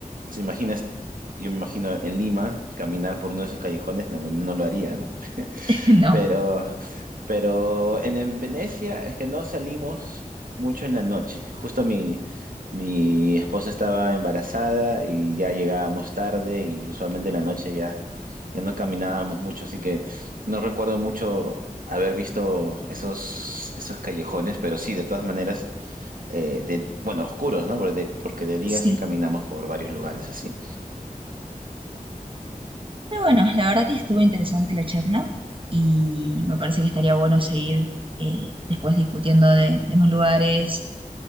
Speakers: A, on the right; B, on the right.
A: se imagina, yo me imagino en Lima, caminar por uno de esos callejones, no, no lo haría, ¿no?
B: <laughs>
A: Pero,
B: no,
A: pero en, en Venecia es que no salimos mucho en la noche. Justo mi, mi esposa estaba embarazada y ya llegábamos tarde y usualmente en la noche ya, ya no caminábamos mucho. Así que no recuerdo mucho haber visto esos, esos callejones, pero sí, de todas maneras, eh, de, bueno, oscuros, ¿no? Porque de, porque de día
B: sí.
A: sí caminamos por varios lugares así.
B: Pero bueno, la verdad que estuvo interesante la charla y me parece que estaría bueno seguir eh, después discutiendo de, de más lugares